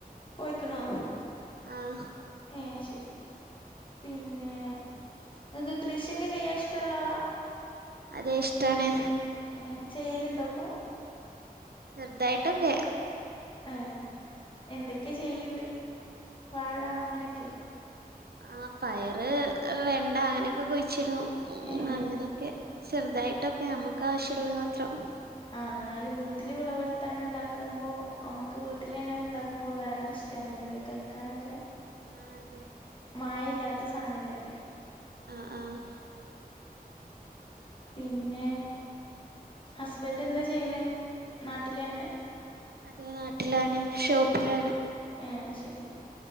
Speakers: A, on the left (about 35°); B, on the right (about 85°).
A: പോയിക്ണോ?
B: ആഹ്
A: ഏഹ് ശരി പിന്നെ ഇങ്ങക്ക് കൃഷ്യൊക്കെ ചെയ്യാൻ ഇഷ്ടള്ള ആളാ?
B: അതെ ഇഷ്ടാണ്
A: ഏഹ് ചെയ്യല്ണ്ടോ ഇപ്പം?
B: ചെർതായിട്ടൊക്കെ.
A: ഏഹ് എന്തൊക്കെ ചെയ്യല്ണ്ട്? വാഴ അങ്ങന്യൊക്കെ.
B: ആഹ് പയറ്, വെണ്ട അങ്ങനെയൊക്കെ കുഴിച്ചിടും. ഉം
A: ഏ
B: അങ്ങനെയൊക്കെ ചെറുതായിട്ടൊക്കെ നമ്മക്ക് ആവശ്യമുള്ളത് മാത്രം.
A: ആഹ് ഇന്നാല് വീട്ടില് വിളവെടുത്താണ്ട് ഉണ്ടാക്കുമ്പോ നമ്മക്ക് വീട്ടിലെന്നെ ഉണ്ടാക്കുമ്പോ വേറൊരിഷ്ടാണല്ലോ ല്ലേ. കഴിക്കാനൊക്കെ
B: ആഹ് അതെ
A: മായല്ല്യാത്ത സാനല്ലേ പറ്യാ.
B: ആഹ് ആഹ്
A: പിന്നെ ഹസ്ബന്റ് എന്താ ചെയ്യ്ണെ നാട്ടിലെന്നെ?
B: അതെ നാട്ടിലാണ് ഷോപ്പിലാണ്
A: ഏഹ് അഹ്ശരി.